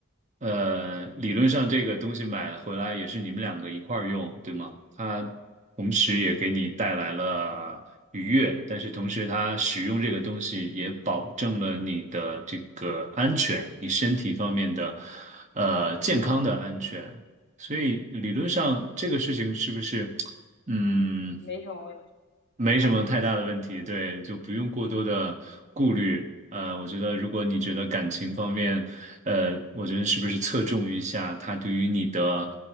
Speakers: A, on the right; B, on the left.
A: 呃，理论上这个东西买回来也是你们两个一块儿用，对吗？它同时也给你带来了愉悦，但是同时它使用这个东西也保证了你的这个安全，你身体方面的，呃，健康的安全。所以理论上这个事情是不是，嗯，
B: 没什么问
A: 没什么太大的问题，
B: 题来？
A: 对，就不用过多的顾虑。呃，我觉得如果你觉得感情方面，呃，我觉得是不是侧重一下他对于你的，